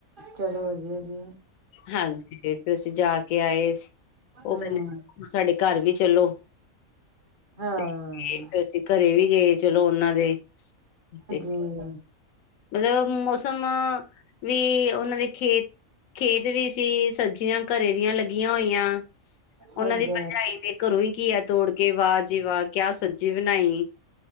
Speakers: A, on the right; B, on the left.
A: ਚਲੋ ਵਧੀਆ ਜੀ
B: ਹਾਂਜੀ, ਫਿਰ ਅਸੀਂ ਜਾ ਕੇ ਆਏ, ਉਹ
A: ਹਮ
B: ਕਹਿੰਦੀ ਸਾਡੇ ਘਰ ਵੀ ਚੱਲੋ।
A: ਹਾਂ
B: ਤੇ ਫਿਰ ਅਸੀਂ ਘਰੇ ਵੀ ਗਏ ਚਲੋ ਉਹਨਾਂ ਦੇ ਤੇ
A: ਹੂੰ
B: ਮਤਲਬ- ਮੌਸਮ ਵੀ ਉਹਨਾਂ ਦੇ ਖੇਤ ਖੇਤ ਵੀ ਸੀ ਸਬਜ਼ੀਆਂ ਘਰੇ ਵੀਆ ਲੱਗੀਆਂ ਹੋਈਆਂ। ਉਹਨਾਂ
A: ਹਾਂਜੀ
B: ਦੀ ਭਰਜਾਈ ਨੇ ਘਰੋਂ ਈ ਘੀਆ ਤੋੜ ਕੇ ਵਾਹ ਜੀ ਵਾਹ ਕਿਆ ਸਬਜ਼ੀ ਬਣਾਈ।